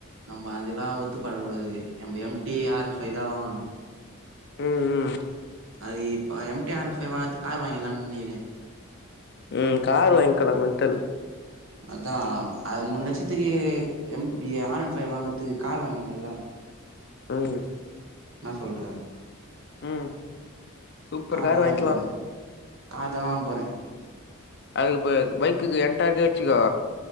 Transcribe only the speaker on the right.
நம்ப அதெல்லா ஒத்துப்படக்கூடாது நம்ப M T R one five தா வாங்கணு
அதுகு இப்ப M T R one five வாங்கறதுக்கு கார் வாங்கிலானு நினிகிறே
அதா அந்த மூணு லட்சத்துக்கு M T R one five வாங்கறதுக்கு கார் வாங்கில்லால
என்னா சொல்ற
கார் தா வாங்கிக
போறே கார் தா வாங்க போறே